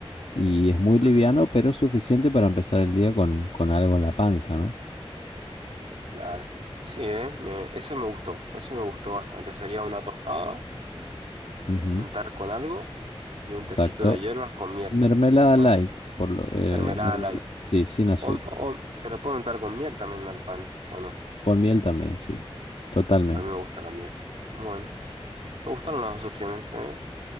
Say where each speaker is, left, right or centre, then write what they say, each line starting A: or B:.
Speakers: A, on the left (about 90°); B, on the right (about 75°).
A: Y es muy
B: ujú,
A: liviano, pero suficiente para empezar el día con, con algo en la panza, ¿no?
B: claro. Sí, ¿eh? Me, ese me gustó, ese me gustó bastante. Sería una tostada,
A: Ujú,
B: untar con algo y un
A: Exacto.
B: tecito de hierbas con miel,
A: Mermelada
B: para
A: light, por lo, eh,
B: mermelada
A: mermelada,
B: light.
A: sí, sin azúcar.
B: O, o se le puede untar con miel también al pan, ¿o no?
A: Con miel también, sí. Totalmente.
B: A mí me gusta la miel. Bueno. Me gustaron las dos opciones, ¿eh?